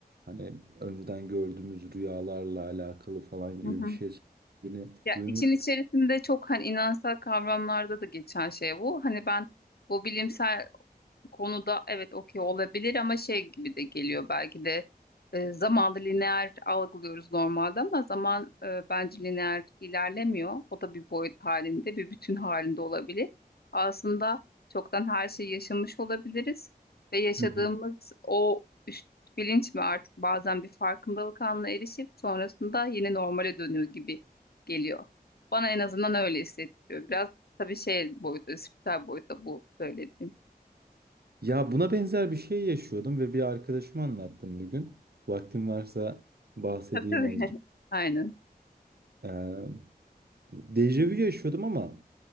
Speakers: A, on the right; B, on the left.
A: hani önceden gördüğümüz rüyalarla alakalı falan gibi
B: Hı hı.
A: bir şey söylediğini
B: Ya
A: duymuştum.
B: için içerisinde çok hani inançsal kavramlarda da geçen şey bu. Hani ben bu bilimsel Bu konuda evet okey olabilir ama şey gibi de geliyor belki de e, zamanı lineer algılıyoruz normalde ama zaman e, bence lineer ilerlemiyor. O da bir boyut halinde, bir bütün halinde olabilir. Aslında çoktan her şeyi yaşamış olabiliriz ve yaşadığımız
A: Hı hı.
B: o üst bilinç mi artık bazen bir farkındalık anına erişip sonrasında yine normale dönüyor gibi geliyor. Bana en azından öyle hissettiriyor. Biraz tabii şey boyutu, spiritüel boyuta bu söylediğim.
A: Ya buna benzer bir şey yaşıyordum ve bir arkadaşıma anlattım bugün. Vaktim varsa bahsedeyim
B: Tabii tabii.
A: azıcık.
B: <laughs> Aynen.
A: Ee, dejavu yaşıyordum ama